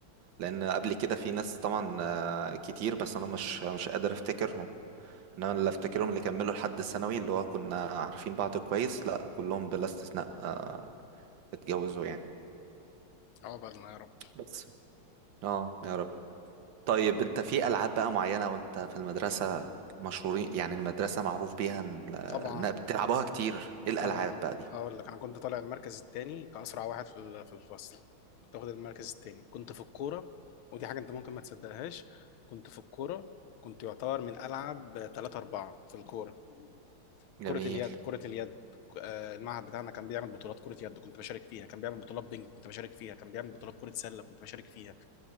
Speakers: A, on the right (about 65°); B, on the left (about 80°).
A: لان قبل كده في ناس طبعا آه، كتير بس انا مش مش قادر افتكر انما اللي افتكرهم اللي كملوا لحد الثانوي اللي هو كنا عارفين بعض كويس لا كلهم بلا استثناء آه، اتجوزوا يعني
B: عقبالنا يا رب
A: بس اه يا رب طيب انت في العاب بقى معينة وانت في المدرسة مشهورين يعني المدرسة معروف بيها ان
B: طبعا
A: إنها بتلعبوها كتير ايه الالعاب
B: طبعا
A: بقى دي
B: هقول لك انا كنت طالع المركز الثاني كاسرع واحد في ال- في الفصل كنت واخد المركز الثاني كنت في الكوره ودي حاجه انت ممكن ما تصدقهاش كنت في الكوره كنت يعتبر من العب 3 4 في الكوره
A: جميل
B: كره اليد كره اليد آه، المعهد بتاعنا كان بيعمل بطولات كره يد كنت بشارك فيها كان بيعمل بطولات بينج كنت بشارك فيها كان بيعمل بطولات كره سله كنت بشارك فيها